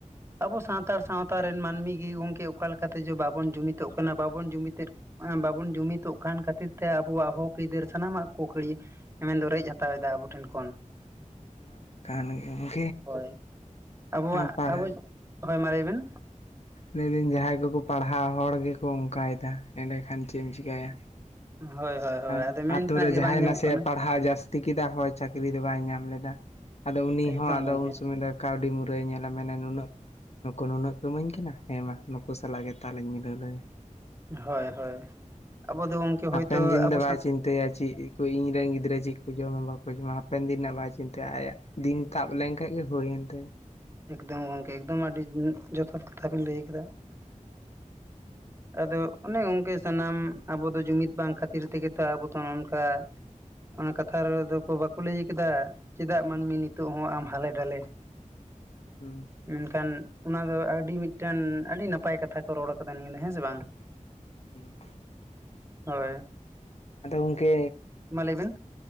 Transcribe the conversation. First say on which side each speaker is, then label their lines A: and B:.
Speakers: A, on the right; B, on the left.
A: ᱟᱵᱚ ᱥᱟᱱᱛᱟᱲ ᱥᱟᱶᱛᱟ ᱨᱮᱱ ᱢᱟᱹᱱᱢᱤ ᱜᱮ ᱜᱚᱝᱠᱮ ᱚᱠᱟ ᱞᱮᱠᱟ ᱞᱮᱠᱟ ᱛᱮᱪᱚ ᱵᱟᱵᱚᱱ ᱡᱩᱢᱤᱛᱚᱜ ᱠᱟᱱᱟ ᱵᱟᱵᱚᱱ ᱡᱩᱢᱤᱛᱮᱫ ᱮᱸ ᱵᱟᱵᱚᱱ ᱡᱩᱢᱤᱛᱚᱜ ᱠᱷᱟᱱ ᱠᱷᱟᱹᱛᱤᱨ ᱛᱮ ᱟᱵᱚᱣᱟᱜ ᱦᱚᱠ ᱟᱹᱭᱫᱟᱹᱨ ᱥᱟᱱᱟᱢᱟᱜ ᱠᱚ ᱠᱟᱹᱲᱤ ᱮ ᱢᱮᱱ ᱫᱚ ᱨᱮᱡ ᱦᱟᱛᱟᱣᱮᱫᱟ ᱟᱵᱚ ᱴᱷᱮᱱ ᱠᱷᱚᱱ᱾
B: ᱚᱱᱟ ᱢᱟ ᱠᱟᱱ ᱜᱮ᱾
A: ᱦᱳᱭ ᱟᱵᱚᱣᱟᱜ
B: ᱟᱨ ᱯᱟᱲᱦᱟᱣ
A: ᱟᱵᱚ ᱦᱳᱭ ᱢᱟ ᱞᱟᱹᱭ ᱵᱮᱱ᱾
B: ᱞᱟᱭ ᱫᱤᱱ ᱡᱟᱦᱟᱸᱭ ᱠᱚᱠᱚ ᱯᱟᱲᱦᱟᱜ ᱦᱚᱲ ᱜᱮᱠᱚ ᱚᱱᱠᱟᱭᱮᱫᱟ ᱮᱸᱰᱮᱠᱷᱟᱱ ᱪᱮᱫ ᱮᱢ ᱪᱤᱠᱟᱹᱭᱟ᱾
A: ᱦᱳᱭ ᱦᱳᱭ᱾ ᱦᱳᱭ
B: ᱟᱨ
A: ᱟᱫᱚ ᱢᱮᱱ
B: ᱟᱛᱳ
A: ᱛᱮᱱᱟᱜ
B: ᱨᱮ
A: ᱜᱮ
B: ᱡᱟᱦᱟᱸᱭ
A: ᱵᱟᱝ ᱧᱟᱢᱚᱜ
B: ᱱᱟᱥᱮᱭᱟᱜ
A: ᱠᱟᱱᱟ
B: ᱯᱟᱲᱦᱟᱣ ᱡᱟᱥ ᱛᱤ ᱠᱮᱫᱟ ᱦᱚᱭ ᱪᱟᱹᱠᱨᱤ ᱫᱚ ᱵᱟᱭ ᱧᱟᱢ ᱞᱮᱫᱟ, ᱟᱫᱚ ᱩᱱᱤ
A: ᱮᱠᱫᱚᱢ
B: ᱦᱚᱸ ᱟᱫᱚ
A: ᱜᱚᱝᱠᱮ
B: ᱩᱱ ᱥᱚᱢᱚᱭ ᱫᱚ ᱠᱟᱹᱣᱰᱤ ᱢᱩᱨᱟᱹᱭ ᱧᱮᱞᱟ ᱢᱮᱱᱟ ᱱᱩᱱᱟᱹᱜ ᱱᱩᱠᱩ ᱱᱩᱱᱟᱹᱜ ᱠᱚ ᱤᱢᱟᱹᱧ ᱠᱟᱱᱟ, ᱦᱮᱸ ᱢᱟ ᱱᱩᱠᱩ ᱥᱟᱞᱟᱜ ᱜᱮ ᱛᱟᱞᱤᱧ ᱢᱤᱞᱟᱹᱣ ᱞᱮᱜᱮ᱾
A: ᱦᱳᱭ ᱦᱳᱭ, ᱟᱵᱚ ᱫᱚ ᱜᱚᱝᱠᱮ
B: ᱦᱟᱯᱮᱱ
A: ᱦᱚᱭᱛᱳ
B: ᱫᱤᱱ
A: ᱟᱵᱚ
B: ᱫᱚ ᱵᱟᱭ
A: ᱥᱟᱶ
B: ᱪᱤᱱᱛᱟᱹᱭᱟ ᱪᱮᱫ ᱠᱚ ᱤᱧᱨᱮᱱ ᱜᱤᱫᱽᱨᱟᱹ ᱪᱮᱫ ᱠᱚ ᱡᱚᱢᱟ ᱵᱟᱠᱚ ᱡᱚᱢᱟ ᱦᱟᱯᱮᱱ ᱫᱤᱱ ᱨᱮᱱᱟᱜ ᱵᱟᱭ ᱪᱤᱱᱛᱟᱹᱭᱟ ᱟᱭᱟᱜ ᱫᱤᱱ ᱛᱟᱵ ᱞᱮᱱᱠᱷᱟᱱ ᱜᱮ ᱦᱳᱭᱮᱱ ᱛᱟᱭᱟ᱾
A: ᱮᱠᱫᱚᱢ ᱜᱚᱝᱠᱮ ᱮᱠᱫᱚᱢ ᱟᱹᱰᱤ ᱡᱚᱛᱷᱟᱛ ᱠᱟᱛᱷᱟ ᱵᱤᱱ ᱞᱟᱹᱭ ᱟᱠᱟᱫᱟ᱾ ᱟᱫᱚ ᱚᱱᱮ ᱜᱚᱝᱠᱮ ᱥᱟᱱᱟᱢ ᱟᱵᱚ ᱫᱚ ᱡᱩᱢᱤᱫ ᱵᱟᱝ ᱠᱷᱟᱹᱛᱤᱨ ᱛᱮᱜᱮ ᱛᱚ ᱟᱵᱚ ᱫᱚ ᱱᱚ-ᱚᱱᱠᱟ ᱚᱱᱟ ᱠᱟᱛᱷᱟ ᱨᱮᱫᱚ ᱠᱚ ᱵᱟᱠᱚ ᱞᱟᱹᱭ ᱟᱠᱟᱫᱟ, ᱪᱮᱫᱟᱜ ᱢᱟᱹᱱᱢᱤ ᱱᱤᱛᱚᱜ ᱦᱚᱸ ᱟᱢ ᱦᱟᱞᱮ ᱰᱟᱞᱮ? <inaudible>
B: ᱦᱩᱸ᱾
A: ᱢᱮᱱᱠᱷᱟᱱ ᱚᱱᱟ ᱫᱚ ᱟᱹᱰᱤ ᱢᱤᱫᱴᱮᱱ, ᱟᱹᱰᱤ ᱱᱟᱯᱟᱭ ᱠᱟᱛᱷᱟ ᱠᱚ ᱨᱚᱲ ᱟᱠᱟᱫᱟ ᱱᱤᱭᱟᱹ ᱫᱚ, ᱦᱮᱸ ᱥᱮ ᱵᱟᱝ?
B: ᱦᱩᱸ᱾
A: ᱦᱳᱭ᱾
B: ᱟᱫᱚ ᱜᱚᱝᱠᱮ,
A: ᱢᱟ ᱞᱟᱹᱭ ᱵᱮᱱ